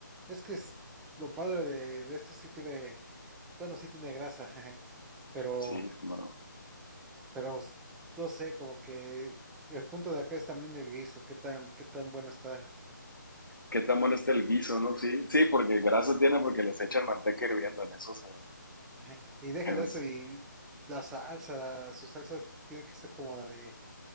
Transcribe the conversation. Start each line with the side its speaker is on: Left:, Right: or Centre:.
Centre: es que es- lo padre de, de esto sí tiene, bueno, sí tiene grasa, <laughs> jeje, pero,
Left: Sí, cómo no.
Centre: pero s- no sé, como que el punto de acá es también el guiso, qué tan, qué tan bueno está.
Left: ¿Qué tan bueno está el guiso, no? Sí, sí, porque grasa tiene porque les echan manteca hirviendo en eso. Se,
Centre: jeje. Y deja
Left: en
Centre: de
Left: eso.
Centre: eso y la salsa, la- su salsa tiene que ser como la de,